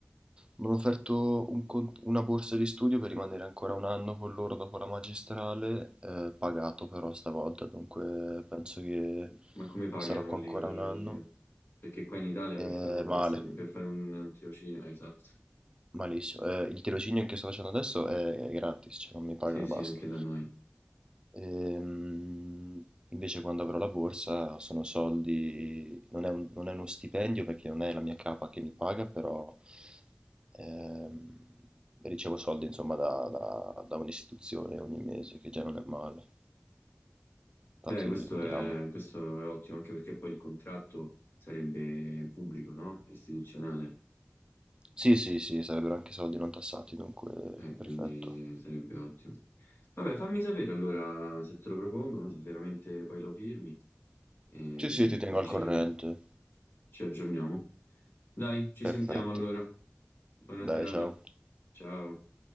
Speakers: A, on the right; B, on the left.
A: mi hanno offerto un con- una borsa di studio per rimanere ancora un anno con loro dopo la magistrale, eh, pagato però stavolta, dunque penso che
B: <laughs> Ma come pagano
A: sarò qua
B: lì?
A: ancora un anno.
B: Perché qua in Italia per
A: Eh,
B: fare una borsa,
A: male,
B: di- per fare un, un tirocinio, esatto.
A: malissimo. Eh, il tirocinio che sto facendo adesso è, è gratis, cioè non mi pagano
B: Sì, sì,
A: e basta.
B: anche da noi.
A: Ehm, invece quando avrò la borsa sono soldi, non è un- non è uno stipendio perché non è la mia capa che mi paga, però ehm, ricevo soldi insomma da, da- da un'istituzione ogni mese, che già non è male. Infatti
B: Beh, questo
A: vediamo.
B: è, questo è ottimo, anche perché poi il contratto sarebbe pubblico, no? Istituzionale,
A: Sì, sì, sì, sarebbero anche soldi non tassati, dunque
B: Eh,
A: perfetto.
B: quindi sarebbe ottimo. Vabbè, fammi sapere allora se te lo propongono, se veramente poi lo firmi, e
A: Sì, sì, ti tengo
B: così
A: al
B: ci,
A: corrente.
B: ci aggiorniamo. Dai, ci
A: Perfetto.
B: sentiamo allora. Buona serata.
A: Dai, ciao.
B: Ciao.